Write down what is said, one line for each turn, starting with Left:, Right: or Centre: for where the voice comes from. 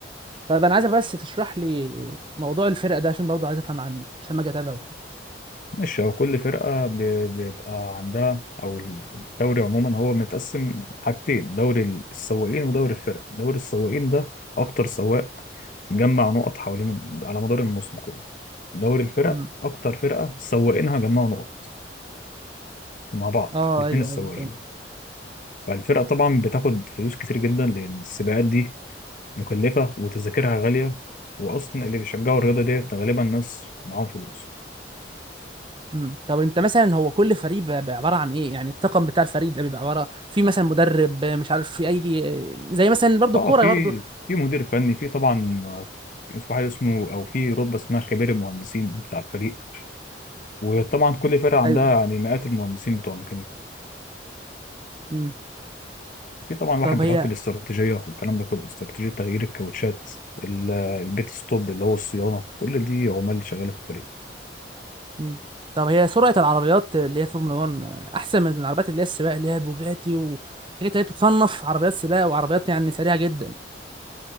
Right: طيب انا عايزك بس تشرح لي موضوع الفرق ده عشان برضه عايز افهم عنه عشان ما اجي اتابعه
Left: ماشي هو كل فرقة ب- بيبقى عندها أو الدوري عموما هو متقسم حاجتين دوري السواقين ودوري الفرق دوري السواقين ده أكتر سواق جمع نقط حوالين على مدار الموسم كله دوري الفرق
Right: كده
Left: أكتر فرقة سواقينها جمعوا نقط مع بعض
Right: اه
Left: الاتنين
Right: ايوه
Left: السواقين
Right: ايوه فاهم
Left: فالفرقة طبعا بتاخد فلوس كتير جدا لأن السباقات دي مكلفة وتذاكرها غالية وأصلا اللي بيشجعوا الرياضة ديت غالبا ناس معاهم فلوس
Right: امم طب انت مثلا هو كل فريق بقى بقى عباره عن ايه يعني الطاقم بتاع الفريق ده بيبقى عباره في مثلا مدرب آه، مش عارف في اي آه، زي مثلا برضو
Left: اه
Right: الكوره
Left: في
Right: برضو
Left: في مدير فني في طبعا اسمه حاجه اسمه او في رتبه اسمها خبير المهندسين بتاع الفريق وطبعا كل فرقه عندها
Right: ايوه
Left: يعني مئات المهندسين بتوع الميكانيكا
Right: امم
Left: في طبعا واحد
Right: طب
Left: بيحط
Right: هي
Left: الاستراتيجيه والكلام ده كله استراتيجيه تغيير الكاوتشات ال- البيت ستوب اللي هو الصيانه كل دي عمال شغاله في الفريق
Right: امم طب هي سرعه العربيات اللي هي فورمولا 1 آه، احسن من العربيات اللي هي السباق اللي هي البوجاتي وحاجات اللي هي بتتصنف عربيات سباق وعربيات يعني سريعه جدا